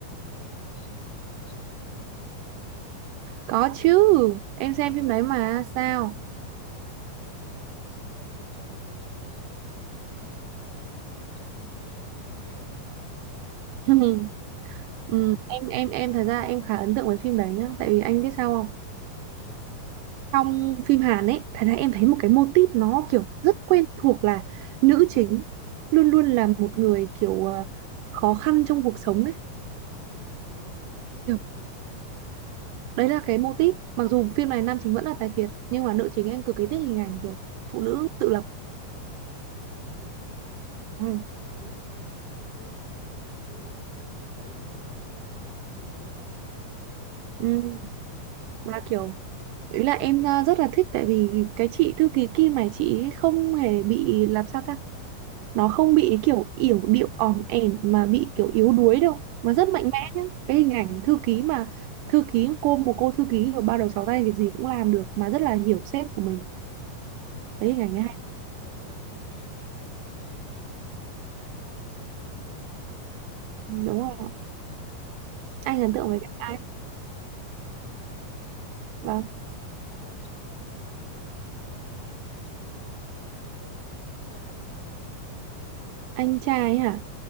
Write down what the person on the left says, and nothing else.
Ê, có xem thử cái phim sao thế không?
Tự nhiên anh xem lại chiều giờ nè, thấy nó cũng hay hay, nhớ định hỏi kể đồ này kia, kiếm người kể nè.
Ừ.
Sao?
Đúng rồi, còn nam chính là
Tài Phiệt đúng không?
Đúng rồi,
và kiểu mấy tập đầu vô cũng kiểu ờ, ấn tượng á, tự nhiên ờ, đòi đuổi việc người ta.
Ừ,
Đúng rồi.
Đúng rồi,
lên lịch này kia, các lịch, thời gian, địa điểm, bất cả, tất cả các thứ luôn đúng không?
Mà
anh hả?
Nếu mà ấn tượng trong phim này thì kiểu anh ấn tượng với ông anh trai á